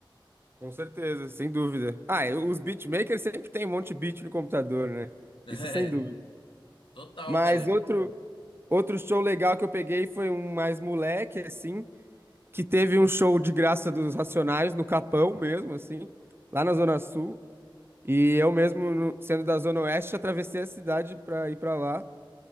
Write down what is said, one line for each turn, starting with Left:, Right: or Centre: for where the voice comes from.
Right: Com certeza, sem dúvida. Ah, e os beatmakers sempre tem um monte de beat no computador, né?
Left: <laughs> É,
Right: Isso sem dúvida.
Left: total,
Right: Mas
Left: velho.
Right: outro, outro show legal que eu peguei foi um mais moleque, assim, que teve um show de graça dos Racionais no Capão mesmo, assim, lá na Zona Sul. E eu mesmo, no- sendo da Zona Oeste, atravessei a cidade pra ir pra lá.